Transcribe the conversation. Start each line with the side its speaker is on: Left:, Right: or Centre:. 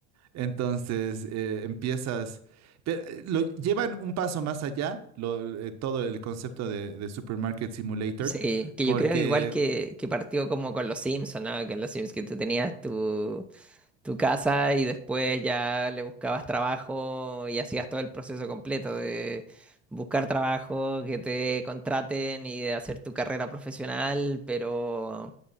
Right: Entonces eh, empiezas, pero eh, lo llevan un paso más allá, lo- eh, todo el concepto de, de Supermarket Simulator,
Centre: Sí, que
Right: porque
Centre: yo creo que igual que, que partió como con los Sims, ¿o ¿no? Con los Sims que tú tenías tu, tu casa y después ya le buscabas trabajo y hacías todo el proceso completo de buscar trabajo, que te contraten y de hacer tu carrera profesional, pero